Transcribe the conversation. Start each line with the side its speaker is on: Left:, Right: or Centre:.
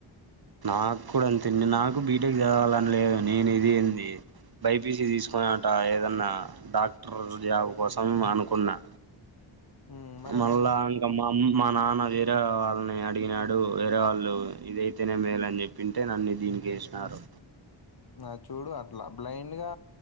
Right: నాక్కూడా అంతే అండి నాకు బీటెక్ చదవాలని లేదు నేను ఇది ఏంది బైపీసీ తీసుకునట ఏదన్నా డాక్టర్ జాబ్ కోసం అనుకున్నా
Left: హ్మ్. మరేమైంది
Right: మళ్ళా అం ఇక మా ఆమ్ మా నాన్న వేరే వాళ్ళని అడిగినాడు వేరే వాళ్ళు ఇదైతేనే మేలన్ చెప్ ప్పింటే నన్ని దీనికేసినారు
Left: నా చూడు అట్లా బ్లైండ్ గా